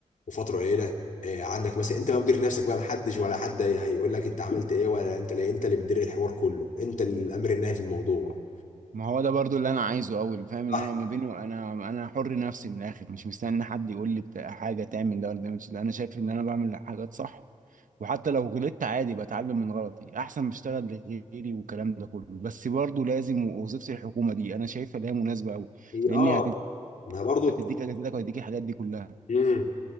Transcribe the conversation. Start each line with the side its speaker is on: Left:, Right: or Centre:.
Left: وفتره قليله آه، عندك مثلا انت بقى مدير نفسك بقى محدش ولا حد هيقول لك انت عملت ايه ولا انت ليه انت اللي بتدير الحوار كله انت الامر النهائي في الموضوع
Right: ما هو ده برضو اللي انا عايزه اول فاهم اللي
Left: صح
Right: انا ما بينه انا انا حر نفسي من الاخر مش مستني حد يقول لي بتاع- حاجه تعمل ده ولا ما تعملش ده انا شايف ان انا بعمل حاجات صح وحتى لو غلطت عادي بتعلم من غلطي احسن بشتغل لغيري والكلام ده كله بس برضو لازم وظيفه الحكومه دي انا شايفها اللي هي مناسبه قوي
Left: هي
Right: لان
Left: اه
Right: هتد-
Left: ما هي برضو
Right: هتديك اجازتك وهتديك الحاجات دي كلها
Left: امم